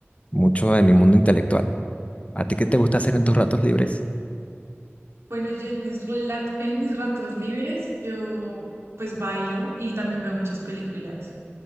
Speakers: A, on the left; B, on the right.
A: mucho de mi mundo intelectual. ¿A ti qué te gusta hacer en tus ratos libres?
B: Bueno, yo en mis, relat- en mis ratos libres, yo pues bailo y también veo muchas películas.